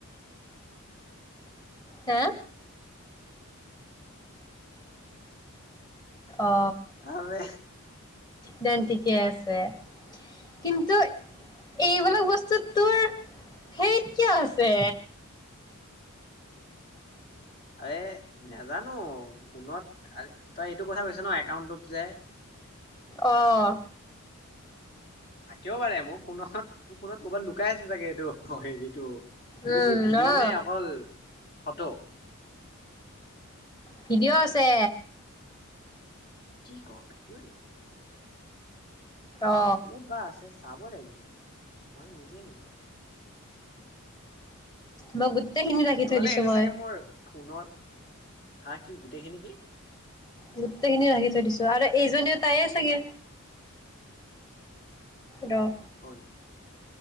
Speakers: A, on the left; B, on the left.
A: হে অ
B: আৰে
A: দেন ঠিকে আছে ছে কিন্তু এইবিলাক বস্তু তোৰ সেইত কিয় আছে
B: এ নাজানো ফোনত তই এইটো কথা কৈছ ন একাউণ্টত যে
A: অহ
B: থাকেও পাৰে মোৰ ফোনত মোৰ ফোনত কৰ'বাত লুকাই আছেো চাগে এইটো হেৰিটো এইটো
A: উম
B: কি ভিডিঅ'
A: অ
B: নে অকল ফটো
A: ভিডিঅ' আছে
B: কি ক ভিডিঅ'ৱে
A: অ
B: ক'ত বা আছে চাবৰ লাগিব মই নিজেই নাজানো
A: মই গোটেইখিনি ৰাখি
B: নহ'লে
A: থৈ দিছো
B: এইটো
A: মই
B: চাগে মোৰ ফোনৰ হা কি গোটেইখিন কি
A: গোটেইখিনি ৰাখি থৈ দিছো আৰু এইজনীও তায়েই চাগে ৰ
B: কল